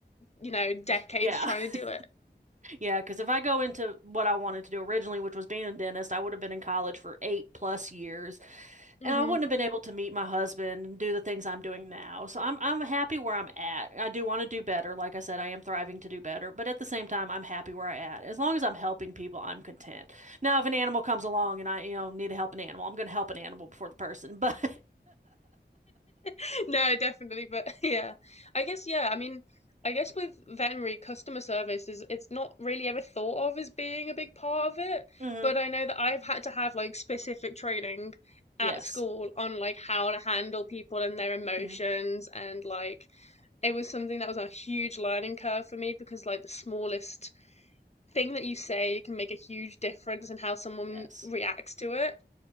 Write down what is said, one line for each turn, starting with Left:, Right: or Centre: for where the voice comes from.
Left: you know, decades
Right: Yeah.
Left: trying to
Right: <laughs>
Left: do it.
Right: Yeah, because if I go into what I wanted to do originally, which was being a dentist, I would have been in college for eight plus years,
Left: hmm
Right: and I wouldn't have been able to meet my husband and do the things I'm doing now. So I'm I'm happy where I'm at. I do want to do better. Like I said, I am thriving to do better, but at the same time, I'm happy where I at. As long as I'm helping people, I'm content. Now, if an animal comes along and I, you know, need to help an animal, I'm going to help an animal before the person. <laughs> But
Left: <laughs> No, definitely, but <laughs> yeah. I guess yeah, I mean, I guess with veterinary customer service is it's not really ever thought of as being a big part of it,
Right: Mhm.
Left: but I know that I've had to have like specific training at
Right: yes.
Left: school on like how to handle people and their emotions
Right: Mhm.
Left: and like it was something that was a huge learning curve for me because like the smallest thing that you say can make a huge difference in how someone
Right: Yes.
Left: reacts to it